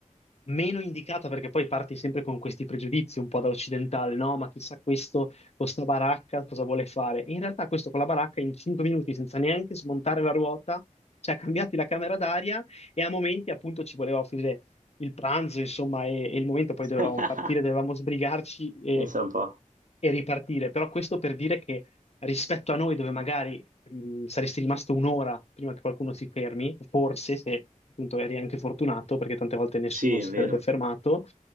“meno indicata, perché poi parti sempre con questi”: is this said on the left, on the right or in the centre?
Left